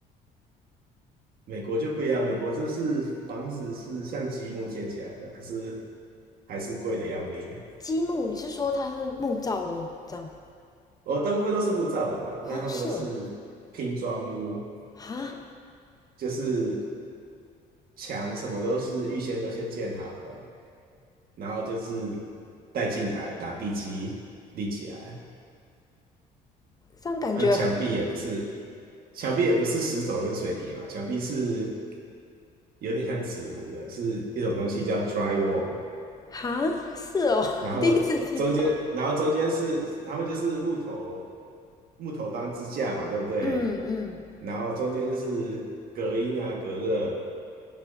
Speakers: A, on the right (about 60°); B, on the left (about 20°).
A: 美国就不一样，美国就是房子是像积木建起来的，可是还是贵的要命。
B: 积木，你是说它是木造的这样？
A: 我大部分都是木造的嘛，那他们都是拼装屋，
B: 哦，是哦，啊，
A: 就是墙什么都是预先都先建好了，然后就是带进来打地基立起来。
B: 这样感觉很
A: 那墙壁也不是，墙壁也不是石头跟水泥嘛，墙壁是有点像纸糊的，是一种东西叫 drywall。
B: 哈，是哦，
A: 然后中间，
B: <laughs> 第一次听到
A: 然后中间是他们就是木头木头当支架嘛，对不对？
B: 嗯嗯
A: 然后中间就是隔音啊、隔热